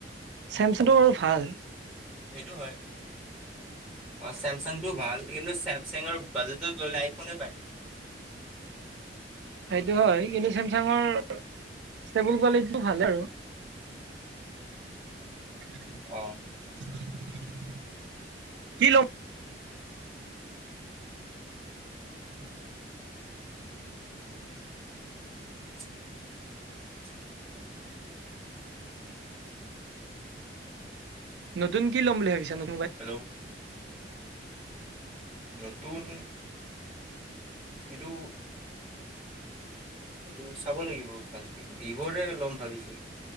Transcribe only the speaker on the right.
চেমচাংটো বাৰু ভাল।
সেইটো হয় কিন্তু চেমচাঙৰ ষ্টেবুল কোৱালিটিটো ভাল আৰু। <unintelligible>
<inaudible> কি ল
নতুন কি ল'ম বুলি ভাবিছা নত-